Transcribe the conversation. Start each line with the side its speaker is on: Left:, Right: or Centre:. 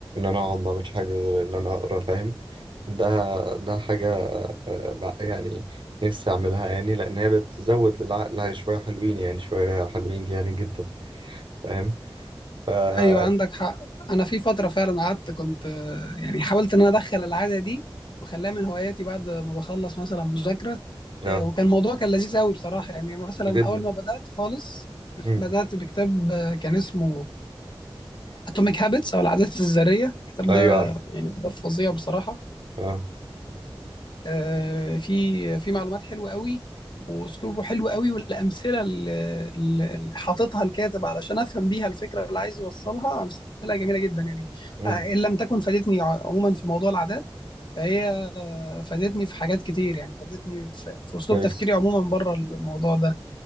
Right: انا اقعد ما اعملش حاجة غير ان انا اقرا فاهم ده ده حاجة آه، بقى يعني نفسي اعملها يعني لان هي بتزود للعقل شوية حلوين يعني شوية حلوين يعني جدا فاهم ف مم.
Left: ايوه عندك حق انا في فتره فعلا قعدت كنت آه، يعني حاولت ان انا ادخل العاده دي وخلاها من هواياتي بعد ما بخلص مثلا مذاكره
Right: آه،
Left: آه، وكان الموضوع كان لذيذ قوي بصراحة يعني مثلا
Right: جدا
Left: أول ما بدأت خالص <laughs>
Right: مم.
Left: بدأت بكتاب آه، كان اسمه اتوميك هابتس او العادات الذريه الكتاب
Right: ايوه
Left: ده
Right: عارف
Left: يعني كتاب فظيع بصراحه
Right: اه
Left: آه، في في معلومات حلوه قوي واسلوبه حلو قوي والامثله اللي اللي حاططها الكاتب علشان افهم بيها الفكره اللي عايز يوصلها امثله جميله جدا يعني
Right: امم
Left: آه، ان لم تكن فادتني ع- عموما في موضوع العادات فهي آه، فادتني في حاجات كتير يعني فادتني في في اسلوب
Right: كويس
Left: تفكيري عموما بره الموضوع ده